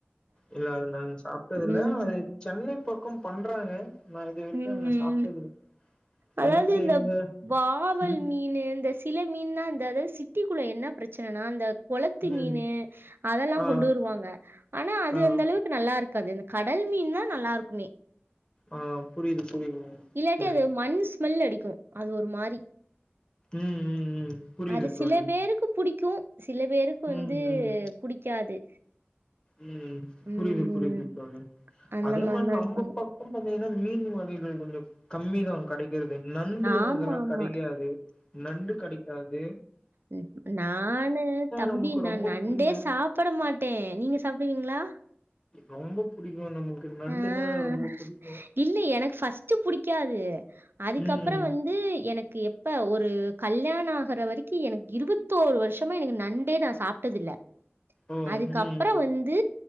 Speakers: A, on the left; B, on the right.
A: இல்ல அது நாங்க சாப்ட்டது இல்ல
B: ம்.
A: அது சென்னை பக்கம் பண்றாங்க நா இது வரைக்கு
B: ம்.
A: அது சாப்ட்டது இல்ல
B: அதாவது
A: நமக்கு
B: இந்த
A: இங்க
B: வாவல்
A: ம்
B: மீன்னு இந்த சில மீன்லா அந்தாது சிட்டிக்குள்ள என்ன பிரச்சனைனா அந்த கொளத்து மீனு
A: ம்
B: அதெல்லா
A: ஆ
B: கொண்டு வருவாங்க ஆனா அது
A: ஆ ஆ
B: அந்த அளவுக் கு நல்லா இருக்காது இந்த கடல் மீன் தா நல்லாருக்குமே
A: ஆ புரியுது புரியுதுங்க
B: இல்லாட்டி
A: தோழி
B: அது மண் ஸ்மெல் அடிக்கு அது ஒரு மாரி
A: ம் ம் ம் புரியுது
B: அது சில
A: தோழி
B: பேருக்கு புடிக்கு சில பேருக்கு
A: ம்
B: வந்து
A: ம்
B: புடிக்காது
A: ம்
B: ம்
A: புரியது புரியுது இப்ப வந்து
B: அந்த
A: அதே
B: மாரிலா
A: மாரி நம்ப
B: இருப்பாங்க
A: பக் க்கம் பாத்தீங்கனா இந்த மீன் வகைகள் கொஞ்ச கம்மி தா கடைக்கிறது நண்டு
B: ஆமா
A: அதெல்லா
B: ஆமா
A: கடைக்காது நண்டு கடைக்காது
B: ம் ம் நானு தம்பி
A: நமக்கு
B: நா
A: ரொம்ப
B: நண்டே
A: புடிக்கு
B: சாப்பிட மாட் ட்டே நீங்க சாப்டுவீங்ளா
A: ரொம்ப புடிக்கு நம்மளுக்கு நண்டுதா
B: ஆ
A: ரொம்ப பிடிக்கும்
B: இல்ல எனக்கு ஃபஸ்ட்டு புடிக்காது அதுக்கப்பற
A: ம்
B: வந்து எனக்கு எப் ப்ப ஒரு கல்யாண ஆகற வரைக்கு எனக்கு இருவத்தோரு வர்ஷமா எனக்கு நண்டே நா சாப்ட்டதில்ல
A: ஓ
B: அதுக்கப்பற
A: ம்
B: வந்து